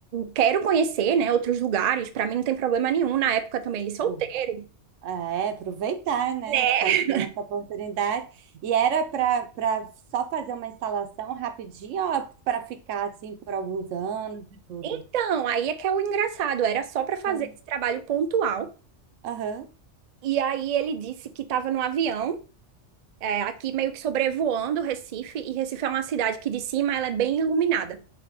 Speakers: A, on the right (about 55°); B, on the right (about 85°).
A: quero conhecer, né, outros lugares, para mim não tem problema nenhum. Na época também ele solteiro,
B: Pro- É, aproveitar, né?
A: né?
B: Já que tem essa oportunidade. E era para para só fazer uma instalação rapidinha ou para ficar assim por alguns anos e tudo?
A: Então, aí é que é o engraçado, era só para fazer
B: É.
A: esse trabalho pontual.
B: Aham,
A: E aí ele disse que estava no avião. é, aqui meio que sobrevoando Recife, e Recife é uma cidade que de cima ela é bem iluminada.